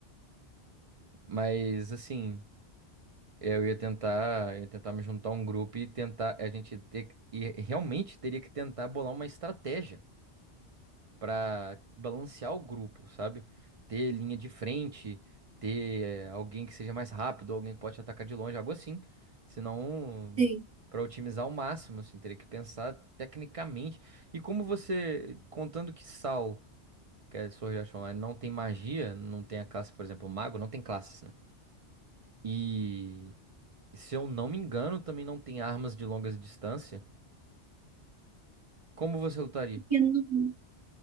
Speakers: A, on the right; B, on the right.
A: Mas assim, eu ia tentar, eu ia tentar me juntar a um grupo e tentar, a gente ter que- e realmente teria que tentar bolar uma estratégia. para balancear o grupo, sabe? Ter linha de frente, ter eh, alguém que seja mais rápido, alguém que pode atacar de longe, algo assim. Senão,
B: Sim.
A: para otimizar ao máximo, assim, teria que pensar tecnicamente. E como você, contando que Sal, que é Sword Art Online, não tem magia, não tem a classe, por exemplo, mago, não tem classes, né? E se eu não me engano, também não tem armas de longas distância. Como você lutaria?
B: Porque não-